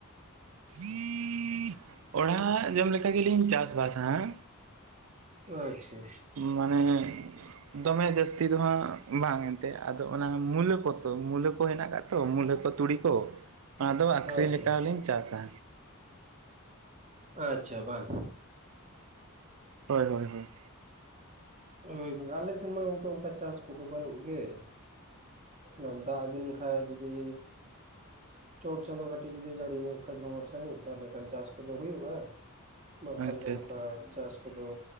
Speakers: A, on the right (about 65°); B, on the right (about 30°).
A: <unintelligible> ᱚᱲᱟᱜ ᱡᱚᱢ ᱞᱮᱠᱟ ᱜᱮᱞᱤᱧ ᱪᱟᱥ ᱵᱟᱥᱟᱸ᱾
B: ᱟᱪᱪᱷᱟ᱾
A: ᱢᱟᱱᱮ ᱫᱚᱢᱮ ᱡᱟᱹᱥᱛᱤ ᱫᱚ ᱦᱟᱸᱜ ᱵᱟᱝ ᱮᱱᱛᱮ ᱟᱫᱚ ᱚᱱᱟ ᱢᱩᱞᱟᱹ ᱠᱚ ᱛᱚ ᱢᱩᱞᱟᱹ ᱠᱚ ᱦᱮᱱᱟᱜ ᱠᱟᱫ ᱛᱚ ᱢᱩᱞᱟᱹ ᱠᱚ ᱛᱩᱲᱤ ᱠᱚ ᱚᱱᱟ ᱫᱚ ᱟᱠᱷᱨᱤᱧ
B: ᱟᱪᱪᱷᱟ
A: ᱞᱮᱠᱟ
B: ᱟᱪᱪᱷᱟ
A: ᱦᱚᱸᱞᱤᱧ ᱪᱟᱥᱟ᱾
B: ᱟᱪᱪᱷᱟ ᱵᱟᱝ᱾
A: ᱦᱳᱭ ᱦᱳᱭ ᱦᱳᱭ᱾
B: ᱦᱳᱭ ᱜ <unintelligible> ᱟᱞᱮ ᱥᱮᱱ ᱢᱟ ᱜᱚᱝᱠᱮ ᱚᱱᱠᱟ ᱪᱟᱥ ᱠᱚᱫᱚ ᱵᱟᱹᱱᱩᱜ ᱜᱮ᱾ ᱱᱚᱱ ᱫᱟᱜ ᱟᱹᱵᱤᱱ ᱠᱷᱟᱡ ᱡᱩᱫᱤᱻ ᱪᱚᱴ ᱪᱟᱸᱫᱚ ᱠᱟᱹᱴᱤᱡ ᱡᱩᱫᱤ ᱡᱟᱹᱲᱤ ᱧᱚᱜ ᱠᱷᱟᱡ ᱵᱷᱚᱵᱚᱨ ᱥᱟᱺᱦᱤᱡ ᱛᱟᱦᱚᱞᱮ ᱠᱷᱟᱱ ᱪᱟᱥ ᱠᱚᱫᱚ ᱦᱩᱭᱩᱜᱼᱟ᱾ ᱵᱟᱝᱠᱷᱟᱱ
A: ᱟᱪᱪᱷᱟ
B: ᱫᱚ ᱚᱱᱠᱟ
A: ᱟᱪᱪᱷᱟ
B: ᱪᱟᱥ ᱠᱚᱫᱚ